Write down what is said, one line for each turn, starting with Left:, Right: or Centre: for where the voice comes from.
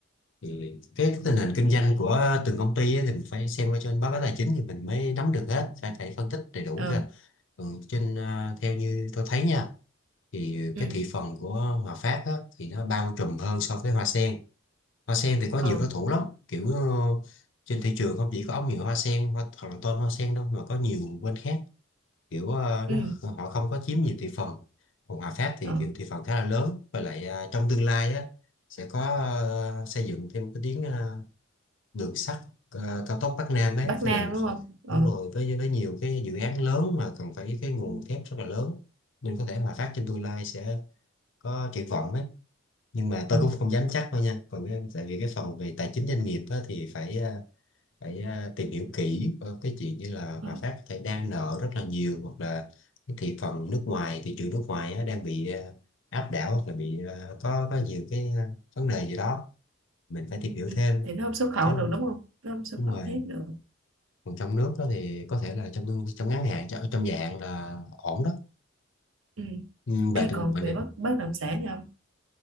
Left: thì cái, cái tình hình kinh doanh của từng công ty á, thì mình phải xem qua trên báo cáo tài chính thì mình mới nắm được hết phải phải phân tích đầy đủ
Right: ờ
Left: cơ ừ, trên ờ, theo như tôi thấy nha thì
Right: ừ
Left: cái thị phần của Hòa Phát á, thì nó bao trùm hơn so với Hoa Sen hoa sen thì có
Right: ờ
Left: nhiều đối thủ lắm kiểu ờ, trên thị trường không chỉ có ống nhựa hoa sen hoa, hoặc là tôm hoa sen đâu mà có nhiều bên khác kiểu ờ,
Right: ừ
Left: nó họ không có chiếm nhiều thị phần còn Hòa Phát thì
Right: ờ
Left: kiểu thị phần khá là lớn và lại ờ, trong tương lai á sẽ có ờ, xây dựng thêm cái tuyến ờ, đường sắt ờ, cao tốc Bắc Nam ấy
Right: Bắc
Left: sẽ
Right: Nam
Left: làm
Right: đúng không ờ
Left: đúng rồi với với nhiều cái dự án lớn mà cần phải cái nguồn
Right: ừ
Left: thép rất là lớn nên có thể Hòa Phát trên tương lai sẽ có triển vọng ấy nhưng mà
Right: ờ
Left: tôi cũng không dám chắc đâu nha còn cái, tại vì cái phần về tài chính doanh nghiệp á, thì phải à, phải à, tìm hiểu kỹ ờ, cái chuyện như là Hòa
Right: ừ.
Left: Phát có thể đang nợ rất là nhiều hoặc là cái thị phần nước ngoài thị trường nước ngoài á, đang bị à, áp đảo hoặc là bị à, có có nhiều cái à, vấn đề gì đó mình phải tìm hiểu
Right: ừ.
Left: thêm
Right: thì nó không xuất khẩu
Left: chứ
Right: được đúng không nó không xuất
Left: đúng
Right: khẩu
Left: rồi
Right: thép được
Left: còn trong nước đó thì có thể là trong trong ngắn hạn trong, trong dài hạn là ổn đó
Right: ừ
Left: ừ,
Right: Ê
Left: bà định
Right: còn
Left: bà định
Right: về bất bất động sản thì không